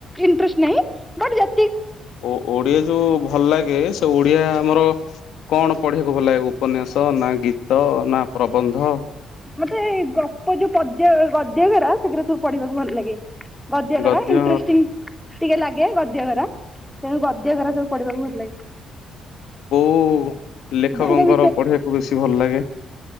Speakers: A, in the centre; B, on the left.
A: ଇଂଟରେଷ୍ଟ ନାହିଁ ବାଟ ଯେ
B: ଓ ଓଡିଆ ଯୋଉ ଭଲ ଲାଗେ ସେ ଓଡିଆ ଆମର କଣ ପଢିବାକୁ ଭଲ ଲାଗେ ଉପନ୍ୟାସ ନା ଗୀତ ନା ପ୍ରବନ୍ଧ
A: ମତେ ଏ ଗପ ଯୋଉ ପଦ୍ୟ ଗଦ୍ୟ ଗୁରା ସେଗୁରା ସବୁ ପଢିବାକୁ ଭଲ ଲାଗେ। ଗଦ୍ୟକର
B: ଗଦ୍ୟ
A: ଇନ୍ତ୍ରେଷ୍ଟିଙ୍ଗ ଟିକେ ଲାଗେ ଗଦ୍ୟଗରା ତେଣୁ ଗଦଗରା ସବୁ ପଢିବାକୁ ଭଲ ଲାଗେ।
B: କୋଉ ଲେଖକଙ୍କର
A: ବୁଦ୍ଧଙ୍କ
B: ପଢିବାକୁ ବେଶୀ ଭଲ ଲାଗେ?